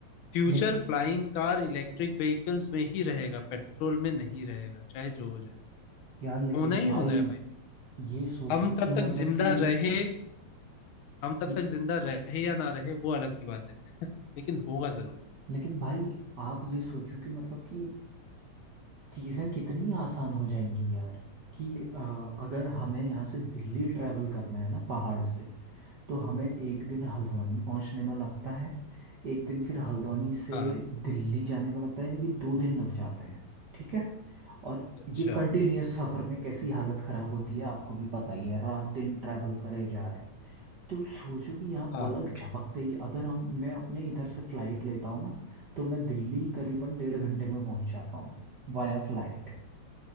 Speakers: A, on the left; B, on the right.
A: future
B: लेकिन
A: flying car electric vehicles में ही रहेगा पेट्रोल में नहीं रहेगा चाहे जो हो जाए
B: यार लेकिन
A: होना ही
B: भाई
A: होना है भाई
B: ये सोचो
A: हम तब
B: कि मतलब
A: तक जिंदा
B: कि
A: रहे हम तब
B: ये
A: तक जिंदा रहे या ना रहे वो अलग की बात है लेकिन होगा जरूर
B: लेकिन भाई आप ये सोचो कि मतलब कि चीज़ें कितनी आसान हो जाएंगी यार कि अ, अगर हमें यहाँ से दिल्ली ट्रैवल करना है ना पहाड़ से तो हमें एक दिन हल्द्वानी पहुँचने में लगता है एक दिन फिर हल्द्वानी से
A: हाँ
B: दिल्ली जाने में लगता है यानी कि दो दिन लग जाते हैं ठीक है और
A: अच्छा
B: ये कंटिन्यूअस सफ़र में कैसी हालत ख़राब होती है आपको भी पता ही है रात दिन ट्रैवल करे जा रहे हैं तो सोचो कि यहाँ
A: हाँ
B: पलक झपकते ही अगर हम मैं अपने इधर से फ्लाइट लेता हूँ ना तो मैं दिल्ली करीबन डेढ़ घंटे में पहुंच जाता हूँ वाया फ्लाइट